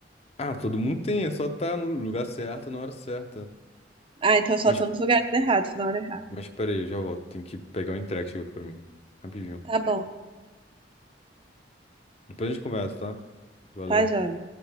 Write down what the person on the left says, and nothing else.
Ah, todo mundo tem, é só tá no lugar certo, na hora certa.
Mas,
mas peraí, eu já volto. Tem que pegar o entregue que chegou aqui pra mim. Rapidinho.
Depois a gente conversa, tá? Valeu.